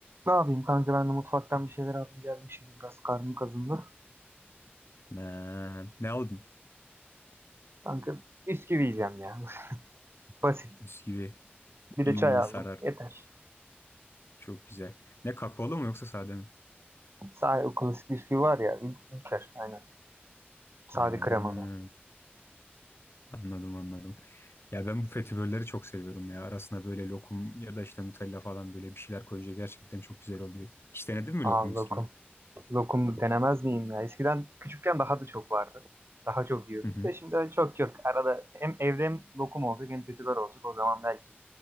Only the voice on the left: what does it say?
Ne, ne aldın?
Bisküvi.
İyi,
iyi
sarar.
Çok güzel. Ne kakaolu mu yoksa sade mi?
Ne,
anladım anladım. Ya ben bu fetibörleri çok seviyorum ya. Arasına böyle lokum ya da işte Nutella falan böyle bir şeyler koyunca gerçekten çok güzel oluyor. Hiç denedin mi
lokum bisküvi?
Hı hı.